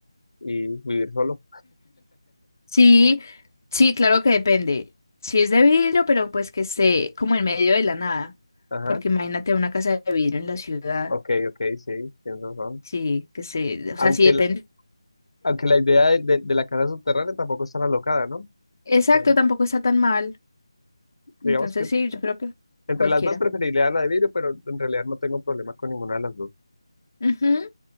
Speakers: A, on the left; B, on the left.
A: y vivir solo.
B: Sí, sí, claro que depende. Si es de vidrio, pero pues que esté como en medio de la nada,
A: Ajá.
B: porque imagínate una casa de vidrio en la ciudad.
A: Ok, ok, sí, tienes razón.
B: Sí, que se, o
A: Aunque
B: sea, sí depende.
A: la, aunque la idea de, de- de la casa subterránea tampoco es tan alocada, ¿no?
B: Exacto,
A: Digamos
B: tampoco está tan mal.
A: digamos
B: Entonces
A: que
B: sí, yo creo que
A: Entre
B: cualquiera.
A: las dos preferiría la de vidrio, pero en realidad no tengo problema con ninguna de las dos.
B: Ujú.